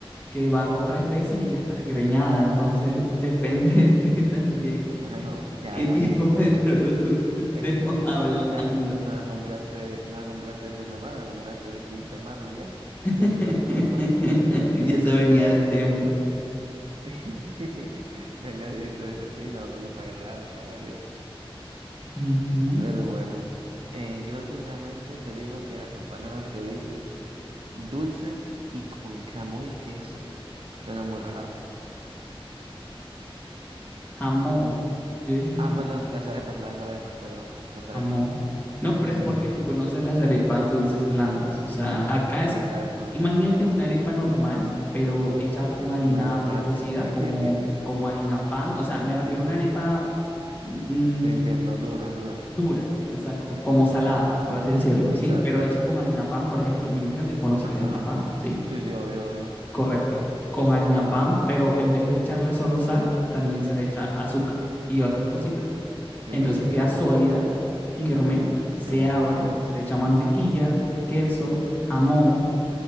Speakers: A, on the left (about 20°); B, on the right (about 65°).
A: que barro tres veces y ya estás greñada. Entonces, <laughs> depende de también
B: Bueno, ya,
A: qué
B: Damito.
A: tipo <laughs> de producto estemos
B: <laughs>
A: hablando.
B: La, no la compraste, no la compraste de primera mano, la compraste de quinta mano ya.
A: <laughs>
B: Ya eso no es su culpa.
A: Y
B: Ella
A: eso
B: lo intentó.
A: venía de Temu.
B: <laughs> Venía directo desde China o de algún país raro, sabrá Dios.
A: Ujú.
B: Pero bueno, eh, yo sinceramente te digo que las empanadas que dices, dulces y con jamón y queso, suena muy raro.
A: Jamón. Yo dije jamón,
B: Ah, perdón, las arepas, las arepas, perdón, las arepas.
A: jamón. No,
B: Sí,
A: pero
B: sí,
A: es porque
B: sí,
A: tú conoces las arepas dulces blandas. O sea, acá es,
B: sí, exacto.
A: imagínate una arepa normal, pero hecha con harina
B: Normal
A: precocida,
B: para ti. <laughs>
A: como, como harina pan. O sea, me refiero
B: Sí, sí.
A: a una arepa mm,
B: Sí, entiendo, dura, dura.
A: Dura, exacto,
B: Sí,
A: como salada, por así decirlo,
B: exacto.
A: ¿sí? Pero hecha con harina pan, por ejemplo, me imagino que conoces
B: Ajá.
A: harina pan, ¿sí?
B: Sí, sí, obvio, obvio.
A: Correcto, con harina pan, pero en vez de echarle solo sal, también se le echa azúcar y otras cositas.
B: Qué,
A: Entonces
B: qué
A: queda
B: bien.
A: sólida, firme,
B: Sí.
A: se abre, se le echa mantequilla, queso, jamón,